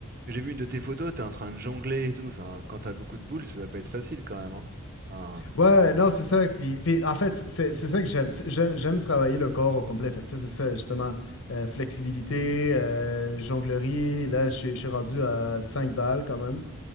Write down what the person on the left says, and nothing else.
Ouais, non, c'est ça. qui- Puis, en fait, c'est c'est ça que j'aime. C'est- j'ai- J'aime travailler le corps au complet. Fait que, tu sais, c'est ça, justement. euh, flexibilité, euh, jonglerie. Là, je suis je suis rendu à 5 balles quand même.